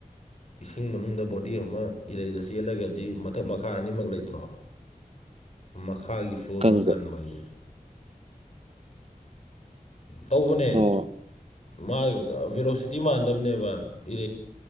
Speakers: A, on the left (about 50°); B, on the right (about 45°).
A: ꯏꯁꯤꯡ ꯃꯅꯨꯡꯗ ꯕꯣꯗꯤ ꯑꯃ ꯏꯔꯩꯗ ꯆꯦꯜꯂꯒꯗꯤ ꯃꯊꯛ ꯃꯈꯥ ꯑꯅꯤꯃꯛ ꯂꯩꯇ꯭ꯔꯣ
B: <inaudible>
A: ꯃꯈꯥꯒꯤ ꯁꯣꯗꯅ
B: ꯀꯪꯗ
A: ꯀꯟꯕ ꯍꯥꯏꯁꯦ ꯇꯧꯕꯅꯦ
B: ꯑꯣ
A: ꯃꯥ ꯚꯦꯂꯣꯁꯤꯇꯤ ꯃꯥꯟꯅꯗꯕꯅꯦꯕ ꯏꯔꯩ